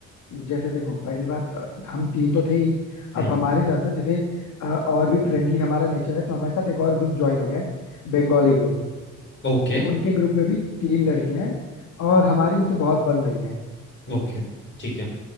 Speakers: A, on the left; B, on the left.
A: जैसे देखो पहली बात अ, हम तीन तो थे ही
B: हुँ,
A: अब हमारे साथ ना जैसे अ, और भी फ्रेंडली हमारा नेचर है तो हमारे साथ एक और ग्रुप ज्वाइन हो गया है बंगाली ग्रुप
B: ओके,
A: उनके ग्रुप में भी तीन लड़के हैं और हमारी उनसे बहुत बन रही है
B: ओके, ठीक है।